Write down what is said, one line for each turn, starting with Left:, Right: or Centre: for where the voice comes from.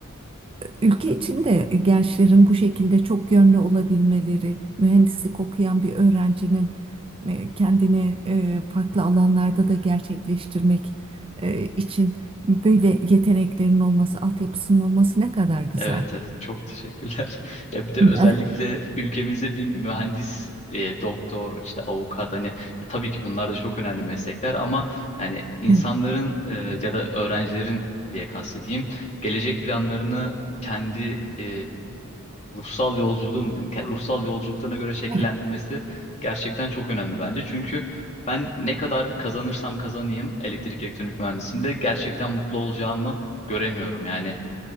Right: Ülke içinde gençlerin bu şekilde çok yönlü olabilmeleri, mühendislik okuyan bir öğrencinin e, kendini e, farklı alanlarda da gerçekleştirmek e, için böyle yeteneklerin olması, altyapısının olması ne kadar güzel.
Left: Evet, evet çok teşekkürler. <laughs> Ya bir de
Right: <laughs>
Left: özellikle ülkemizde bir mühendis, e, doktor, işte avukat hani ya tabii ki bunlar da çok önemli meslekler ama yani insanların
Right: Evet.
Left: e, ya da öğrencilerin diye kastedeyim gelecek planlarını kendi e, ruhsal yolculuğu mu denir? Ke- Ruhsal yolculuklarına göre şekillendirmesi
Right: Evet,
Left: gerçekten çok önemli bence. Çünkü ben ne kadar kazanırsam kazanayım elektrik elektronik mühendisliğinde gerçekten mutlu olacağımı göremiyorum. Yani